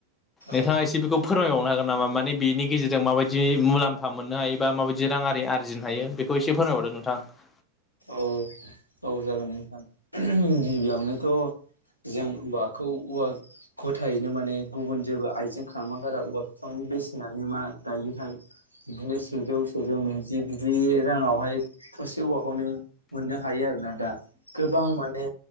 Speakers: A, on the left (about 80°); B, on the left (about 20°).
A: औ
B: नोंथाङा एसे बेखौ फोरमायबावनो हागोन नामा माने बिनि गेजेरजों माबायदि मुलाम्फा मोननो हायो बा माबायदि रांआरि आरजिनो हायो बेखौ एसे फोरमायबावदो गोन‌ नोंथां।
A: औ औ जागोन नोंथां। गिबियावनोथ' जों औवाखौ औवा खथायैनो माने गुबुन जेबो आइजें खामा गारा औवा बिफांनि बेसेनानो मा दायोहाय‌ बिदिनो सेजौ सेजौ नैजि बिदि राङावहाय थसे औवाखौनो मोननो हायो आरोना दा। गोबां माने